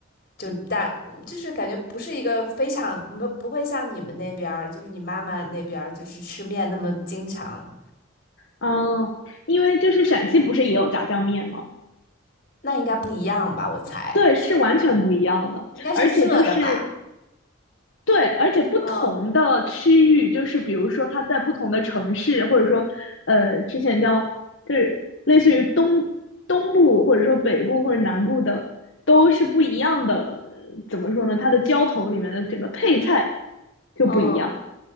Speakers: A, on the left; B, on the left.
A: 就大，嗯就是感觉不是一个非常，不不会像你们那边儿，就是你妈妈那边儿，就是吃面那么经常，
B: 嗯，因为就是陕西不是也有炸酱面吗？
A: 那应该不一样吧？我猜
B: 对，是完全不一样的，
A: 应该是热的吧？
B: 而且就是对，而且不同的区域，
A: 嗯
B: 就是比如说它在不同的城市，或者说，呃，之前叫就是类似于东东部，或者说北部或者南部的，都是不一样的。怎么说呢？它的浇头里面的整个配菜就不一样。
A: 嗯，